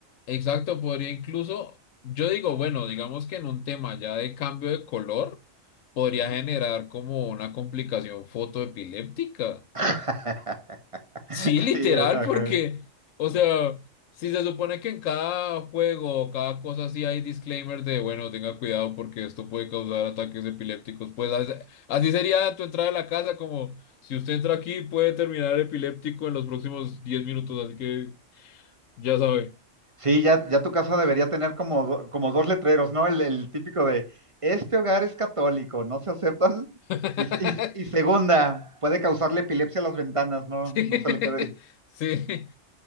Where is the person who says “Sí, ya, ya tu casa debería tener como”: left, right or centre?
Right